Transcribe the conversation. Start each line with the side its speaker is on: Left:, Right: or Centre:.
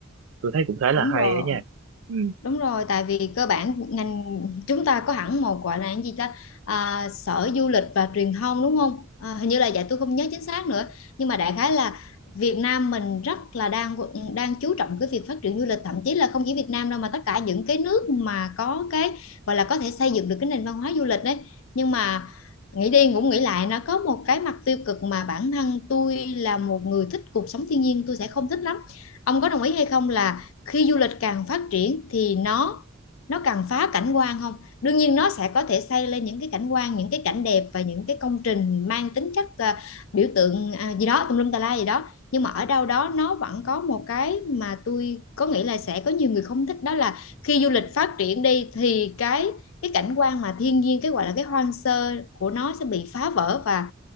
Right: tôi thấy cũng khá là
Left: đúng
Right: hay
Left: rồi
Right: ấy nha ừ.
Left: Đúng rồi, tại vì cơ bản ngành chúng ta có hẳn một gọi là cái gì ta à, sở du lịch và truyền thông đúng không? À, hình như là vậy tôi không nhớ chính xác nữa, nhưng mà đại khái là Việt Nam mình rất là đang đang chú trọng cái việc phát triển du lịch, thậm chí là không chỉ Việt Nam đâu mà tất cả những cái nước mà có cái gọi là có thể xây dựng được cái nền văn hóa du lịch đấy. Nhưng mà nghĩ đi cũng nghĩ lại nó có một cái mặt tiêu cực mà bản thân tôi là một người thích cuộc sống thiên nhiên tôi sẽ không thích lắm. Ông có đồng ý hay không là khi du lịch càng phát triển thì nó nó càng phá cảnh quan không đương nhiên nó sẽ có thể xây lên những cái cảnh quan những cái cảnh đẹp và những cái công trình mang tính chất à, biểu tượng à, gì đó tùm lum tà la gì đó nhưng mà ở đâu đó nó vẫn có một cái mà tôi có nghĩ là sẽ có nhiều người không thích đó là khi du lịch phát triển đi thì cái cái cảnh quan mà thiên nhiên cái gọi là cái hoang sơ của nó sẽ bị phá vỡ và